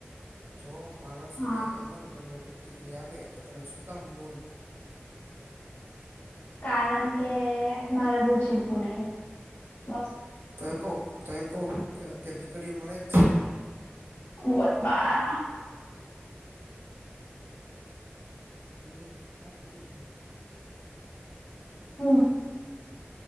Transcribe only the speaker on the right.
જો માણસને
અમર બનવાની ટીકડી આપે તો તમે શુંકામ ન લ્યો?
તો એમ કહું તો એમ કહું કે અત્યારે ટીિકકડીઓ મળે જ છે.
એલે સાચું કવું છું.